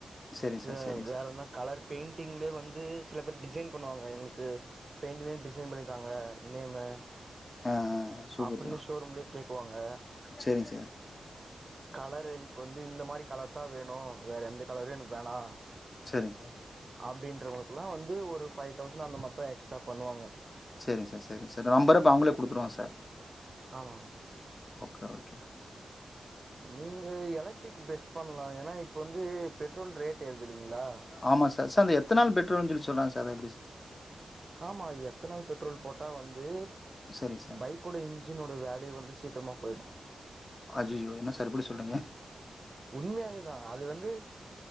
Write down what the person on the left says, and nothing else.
சரிங்க
சார் சரிங்க
சார்
ஆ ஆ சூப்பர்
சார்
சரிங்க சார்
சேரிங்
சேரிங்க சார் சேரிங்க சார் நம்பரு அப்ப அவங்களே குடுத்துருவாங் சார்
ஓகே ஓகே
ஆமாம் சார் எத்தனால் பெட்ரோல்ன்னு சொல்லி சொன்னாங்க சார் அது எப்டி
சார் சரிங்க சார்
அஜிஜோ என்ன சார் இப்டி சொல்றீங்க